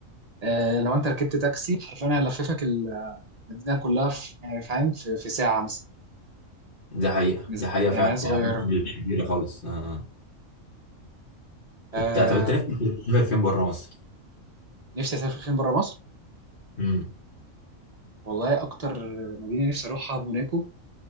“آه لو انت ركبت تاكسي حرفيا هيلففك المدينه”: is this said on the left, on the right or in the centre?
Right